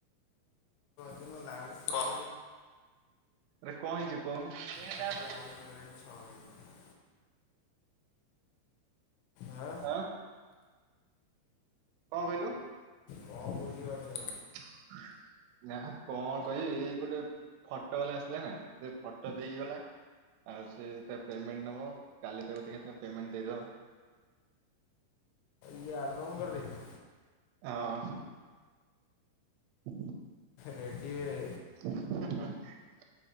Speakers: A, on the left (about 85°); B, on the right (about 80°).
A: ଯୁ ଲା ହ
B: ଆରେ କଣ ହେଇଛୁ କହନୁ। କେଟ
A: ଭାଇରେ ଆହୁରି ରହିଲାଣି ଛଅ ମିନିଟ୍। ଆ
B: ଆଁ କଣ କହିଲୁ
A: କଣ କହୁଛି ଅର୍ଜୁନ
B: <inaudible> ନା କଣ କହିବି ଏଇ ଗୋଟେ ଫଟୋ ବାଲା ଆସିଲା ନା ସେ ଫଟୋ ଦେଇକି ଗଲା ଆଉ ସେ ତା ପେମେଣ୍ଟ ନବ କାଲି ତାକୁ ଦେଖି ପେମେଣ୍ଟ ଦେଇଦବ।
A: ଇ ଆଲବମ୍ କରଦିା
B: ହଁ ହ
A: ରେଟିିବ।
B: <inaudible>